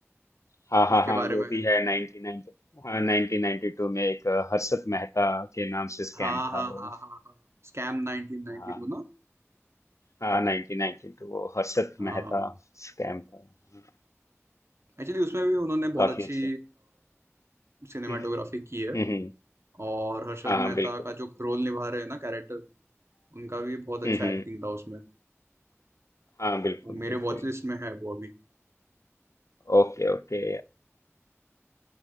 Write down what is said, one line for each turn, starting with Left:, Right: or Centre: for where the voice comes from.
Left: हाँ
Right: उसके
Left: हाँ हाँ
Right: बारे
Left: वो
Right: में है
Left: भी है नाइनटीन नाइनटी हाँ नाइनटीन नाइनटी टू में एक अ, हर्षद मेहता के नाम से स्कैम
Right: हाँ हाँ
Left: था वो
Right: हाँ हाँ हाँ स्कैम नाइनटीन नाइनटी
Left: हाँ
Right: टू ना
Left: हाँ नाइनटीन नाइनटी टू वो हर्षद
Right: हाँ,
Left: मेहता स्कैम था हाँ,
Right: एक्चुअली उसमें भी उन्होंने बहुत
Left: काफी
Right: अच्छी
Left: अच्छे
Right: सिनेमाटोग्राफी
Left: हम्म
Right: की है
Left: हम्म हम्म,
Right: और हर्षद
Left: हाँ हाँ
Right: मेहता
Left: बिल्कुल
Right: का जो रोल निभा रहे हैं ना कैरेक्टर उनका भी बहुत अच्छा
Left: हम्म हम्म।
Right: एक्टिंग था उसमें
Left: हाँ बिल्कुल
Right: वो मेरे
Left: बिल्कुल
Right: वॉच लिस्ट में है वो अभी
Left: ओके ओके